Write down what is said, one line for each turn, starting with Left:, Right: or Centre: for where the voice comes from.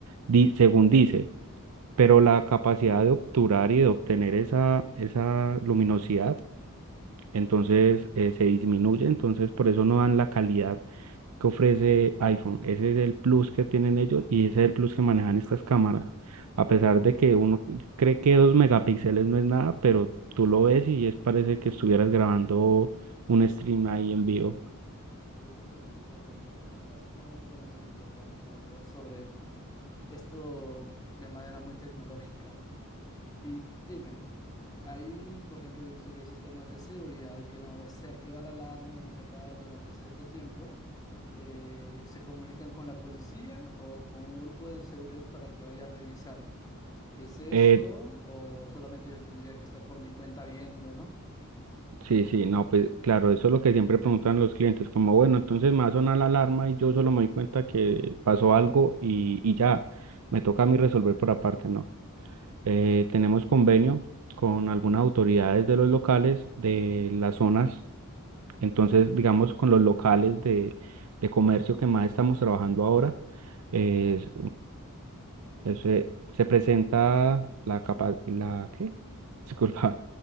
Right: di- según dice,
Left: Ujú.
Right: pero la capacidad de obturar y de obtener esa, esa luminosidad, entonces eh, se disminuye, entonces por eso no dan la calidad que ofrece iPhone. Ese es el plus que tienen ellos y ese es el plus que manejan estas cámaras. A pesar de que uno cree que dos megapíxeles no es nada, pero tú lo ves y es parece que estuvieras grabando un stream ahí en vivo.
Left: uy, vaya, vaya, vaya. Ahora sí me has dado información importante, la verdad, sobre esto de manera muy tecnológica. Y dime, ahí, por ejemplo, yo he visto que hay sistemas de seguridad que una vez se activa la alarma y no se apaga durante cierto tiempo, eh, se comunican con la policía o con un grupo de seguridad para que vaya a revisar. ¿Es eso
Right: Eh,
Left: o solamente yo tendría que estar por mi cuenta viendo, ¿no?
Right: Sí, sí, no, pues claro, eso es lo que siempre preguntan los clientes, como bueno, entonces me va a sonar la alarma y yo solo me doy cuenta que pasó algo y, y ya, me toca a mí resolver por aparte, ¿no? Eh, tenemos convenio con algunas autoridades de los locales, de las zonas, entonces digamos con los locales de, de comercio que más estamos trabajando ahora, eh, ese- se presenta la capa, la ¿qué? <laughs> Disculpa,